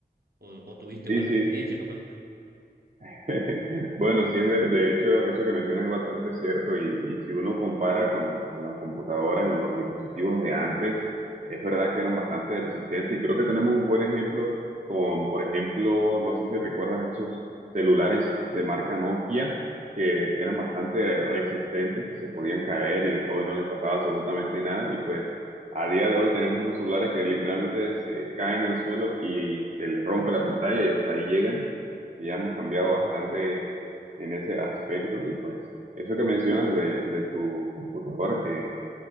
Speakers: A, on the right; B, on the right.
A: o, o tuviste
B: sí,
A: buenas
B: sí.
A: experiencias, capaz.
B: <laughs> Bueno, sí, de, de hecho, eso que mencionas es bastante cierto y, y si uno compara con, con las computadoras y los dispositivos de antes, es verdad que eran bastante resistentes y creo que tenemos un buen ejemplo con, por ejemplo, no sé si recuerdas esos celulares de marca Nokia que eran bastante resistentes, que se podían caer y de todo y no les pasaba absolutamente nada y pues a día de hoy tenemos unos celulares que literalmente se caen al suelo y se les rompe la pantalla y hasta ahí llegan. y ya hemos cambiado
A: Sí.
B: bastante en ese aspecto y pues eso que mencionas de, de tu computadora que